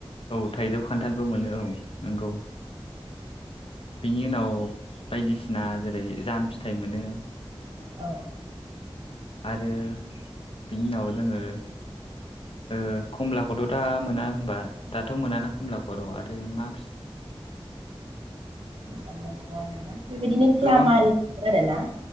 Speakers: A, on the left (about 65°); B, on the right (about 65°).
A: औ थाइजौ खान्थालबो मोनो आरो नंगौ। बिनि उनाव बायदिसिना जेरै जाम फिथाइ मोनो।
B: औ।
A: आरो बिनि उनाव जोङो। ओ खमलाखौथ' दा मोना होनबा दाथ' मोनाना खमलाखौ र' आरो मा फिथाइ।
B: बेबादिनो फ्लाम
A: गोबां
B: आरि मोनो आरोना